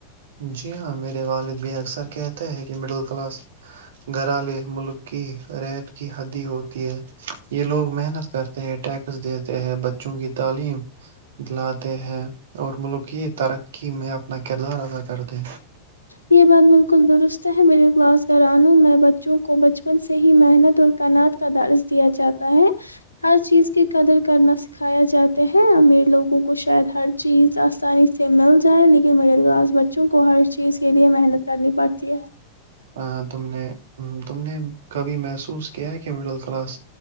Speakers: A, on the right; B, on the left.
A: جی ہاں میرے والد بھی اکثر کہتا ہے کہ مڈل کلاس گھرالے ملک کی ریٹ کی ہدی ہوتی ہے یہ لوگ محنت کرتے ہیں ٹیکس دیتے ہے بچوں کی تعلیم دلاتے ہیں اور ملک کی ترقی میں اپنا کردار ادا کرتے ہیں
B: یہ بات بالکل درست ہے مڈل کلاس گھرانوں میں بچوں کو بچپن سے ہی محنت اور کناعات کا درج دیا جاتا ہے ہر چیز کی قدر کرنا سکھایا جاتے ہے امیر لوگوں کو شاید ہر چیز آسانی سے مل جائے لیکن مڈل کلاس بچوں کو ہر <unintelligible> چیز کے لیے محنت کرنی پڑتی ہے
A: ہ تم نے تم نے کبھی محسوس کیا ہے کہ مڈل کلاس